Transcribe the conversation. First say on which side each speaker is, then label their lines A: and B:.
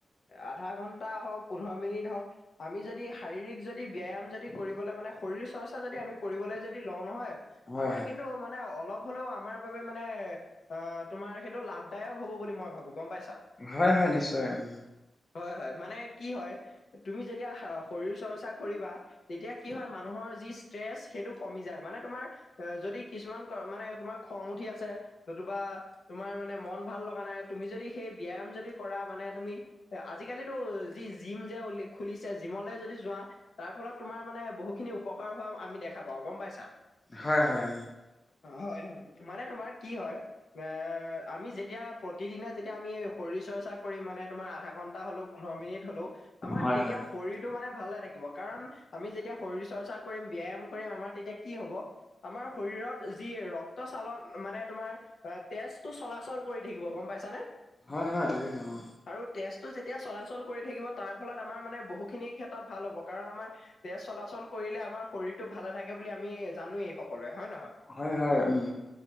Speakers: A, on the left; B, on the left.
A: আধা ঘন্টা হওঁক, পোন্ধৰ মিনিট হওঁক আমি যদি শাৰীৰিক যদি ব্যায়াম যদি কৰিবলৈ মানে শৰীৰ চৰ্চা যদি আমি কৰিবলৈ যদি লওঁ নহয়
B: হয়
A: আমাৰ
B: হয়
A: কিন্তু মানে অলপ হ'লেও আমাৰ বাবে মানে অ, তোমাৰ সেইটো লাভদায়ক হব বুলি মই ভাবো গম পাইছা?
B: হয়- হয় নিশ্চয় উম।
A: হয়- হয় মানে কি হয় তুমি যেতিয়া শৰীৰ চৰ্চা কৰিবা তেতিয়া কি হয় মানুহৰ যি ষ্ট্ৰেচ সেইটো কমি যায় মানে তোমাৰ এ, যদি কিছুমান মানে তোমাৰ খং উঠি আছে নতুবা তোমাৰ মানে মন ভাল লগা নাই তুমি যদি সেই ব্যায়াম যদি কৰা মানে তুমি এ আজিকালিতো যি জিম যে খুলিছে জিমলে যদি যোৱা তাৰ ফলত তোমাৰ মানে বহুখিনি উপকাৰ হোৱা আমি দেখা পাওঁ গম পাইছা?
B: হয়- হয়।
A: হয়, মানে তোমাৰ কি হয় এ আমি যেতিয়া প্ৰতিদিনে যেতিয়া আমি শৰীৰ চৰ্চা কৰিম মানে তোমাৰ আধা ঘন্টা হলেও পোন্ধৰ মিনিট হলেও আমাৰ
B: হয়
A: তেতিয়া
B: হয়
A: শৰীৰটো মানে ভালে নাথাকিব কাৰণ আমি যেতিয়া শৰীৰ চৰ্চা কৰিম, ব্যায়াম কৰিম আমাৰ তেতিয়া কি হব আমাৰ শৰীৰত যি ৰক্ত চালন মানে তোমাৰ এ তেজটো চলাচল কৰি থাকিব গম পাইছানে?
B: হয় -হয় তাকে সে অ।
A: আৰু তেজটো যেতিয়া চলাচল কৰি থাকিব তাৰ ফলত আমাৰ মানে বহুখিনি ক্ষেত্ৰত ভাল হ'ব কাৰণ আমাৰ তেজ চলাচল কৰিলে আমাৰ শৰীৰটো ভালে থাকে বুলি আমি জানোৱেই সকলোৱে হয় নে নহয়?
B: হয়- হয় উম।